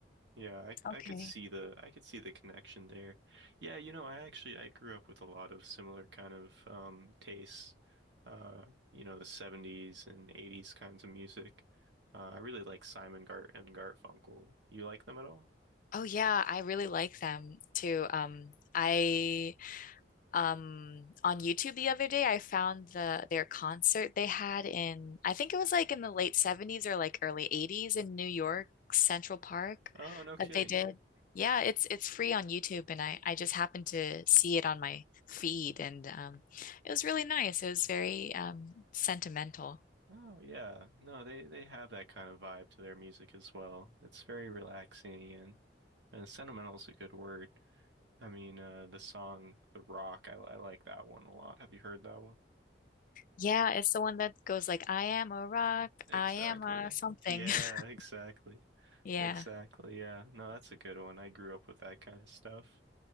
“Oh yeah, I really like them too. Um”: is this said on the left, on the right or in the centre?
Left